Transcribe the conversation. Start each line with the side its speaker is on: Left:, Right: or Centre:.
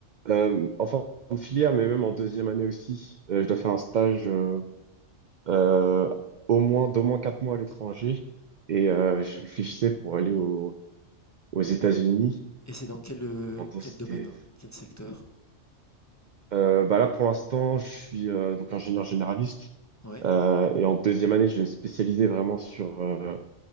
Right: euh, en fin de filière, mais même en deuxième année aussi. Euh, je
Left: ouais.
Right: dois faire un stage euh, euh, au moins d'au moins quatre mois à l'étranger et euh, je réfléchissais pour aller au- aux États-Unis.
Left: Et c'est dans quel, euh,
Right: En densité.
Left: quel domaine, quel secteur?
Right: Euh, bah là, pour l'instant, je suis euh, donc ingénieur généraliste
Left: Ouais.
Right: euh, et en deuxième année, je vais me spécialiser vraiment sur euh,